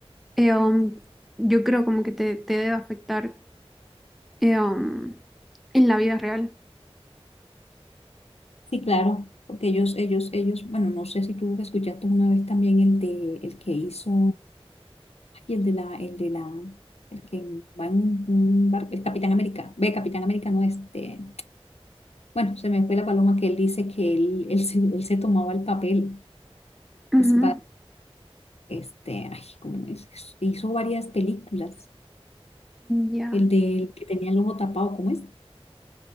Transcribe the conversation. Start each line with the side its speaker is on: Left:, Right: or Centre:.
Centre: eh, um, yo creo como que te, te debe afectar eh, um, en la vida real.
Left: sí, claro, porque ellos, ellos, ellos, bueno, no sé si tú escuchaste una vez también el de, el que hizo, ay, el de la, el de la, el que va en un barco, el Capitán América, ve, Capitán América no, este, bueno, se me fue la paloma que él dice que él, él se, él se tomaba el papel,
Centre: Ujú,
Left: es este, ay, ¿cómo es? Hizo varias películas.
Centre: Ya.
Left: El del que tenía el ojo tapado, ¿cómo es?